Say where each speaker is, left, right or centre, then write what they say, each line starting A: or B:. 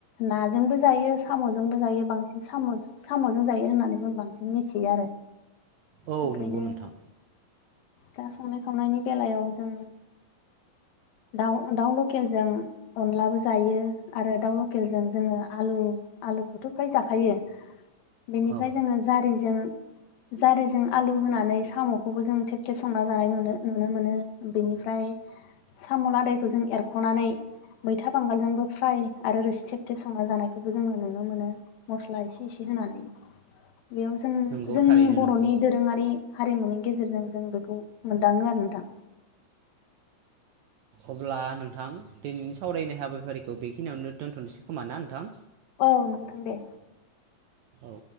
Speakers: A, on the left; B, on the right.
A: नाजोंबो जायो साम'जोंबो जायो बांसिन सामस साम'जों जायो होननानै जों बांसिन मिथियो आरो।
B: औ
A: ओंखायनो
B: नंगौ नोंथां।
A: दा संनाय खावनायनि बेलायाव जों दाउ-दाउ लकेलजों अनलाबो जायो आरो दाउ लकेलजों जोङो आलु आलुखौथ' फ्राय जाखायो बेनिफ्राय
B: औ
A: जोङो जारिजों जारिजों आलु होनानै साम'खौबो जों थेब थेब संना जानाय नुनो-नुनो मोनो बेनिफ्राय साम'लादायखौ जों एरख'नानै मैथा बांगालजोंबो फ्राय आरो रोसि थेब थेब संना जानायखौबो जोङो नुनो मोनो मस्ला इसे इसे होनानै बेयाव जों
B: नंगौ
A: जोंनि
B: थारैनो
A: बर'नि
B: नंगौ
A: दोरोङारि नि गेजेरजों जों बे मोनदाङो आरो नोंथां।
B: अब्ला नोंथां दिनैनि सावरायनाय हाबाफारिखौ बेखिनियावनो दोनथ'नोसै खोमा ना नोंथां?
A: औ नोंथां दे।
B: औ